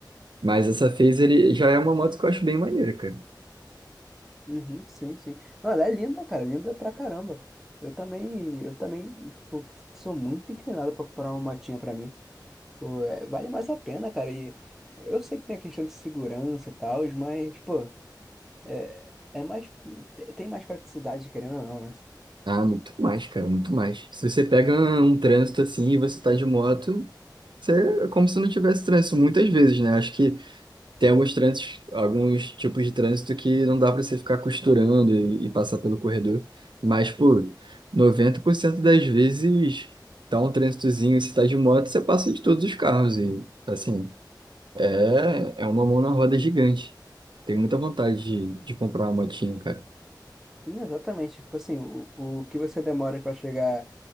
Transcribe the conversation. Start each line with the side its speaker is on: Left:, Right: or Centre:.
Right: Mas essa phaser ele já é uma moto que eu acho bem maneira, cara.
Centre: Uhum, sim, sim. Não, ela é linda, cara, linda pra caramba. Eu também, eu também tipo, sou muito inclinado pra comprar uma motinha pra mim. Pô, é, vale mais a pena, cara. E eu sei que tem a questão de segurança e tal, mas, pô, é, é mais, te- tem mais praticidade, querendo ou não, né?
Right: Ah, muito mais, cara, muito mais. Se você pega um trânsito assim e você tá de moto. Você, é como se não tivesse trânsito muitas vezes, né? Acho que Tem alguns trânsitos, alguns tipos de trânsito que não dá para você ficar costurando e, e passar pelo corredor, mas por 90% das vezes tá um trânsitozinho, se tá de moto, você passa de todos os carros e assim, é, é uma mão na roda gigante. Tenho muita vontade de, de comprar uma motinha, cara.
Centre: Sim, exatamente. Tipo assim, o, o que você demora para chegar,